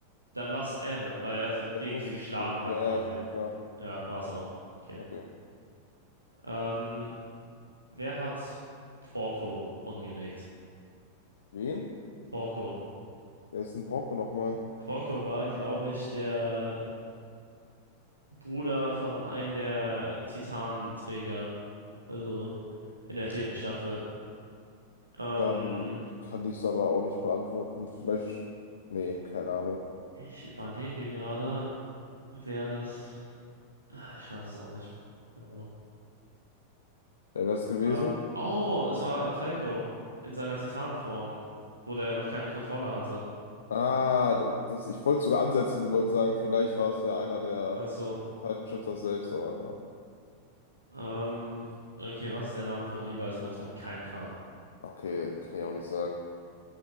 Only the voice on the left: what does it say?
Da
muss
es. äh,
Ja,
ja, klar.
Okay.
Wen?
Wer ist denn Porco nochmal?
Dann kann ich es aber auch nicht beantworten. Vielleicht. Nee, keine Ahnung.
Wer wäre es gewesen?
Ah, das, ich wollte sogar ansetzen und wollte sagen, vielleicht war es ja einer der
Titan Shifter selbst, aber
ja. Okay, kann ich auch nicht sagen.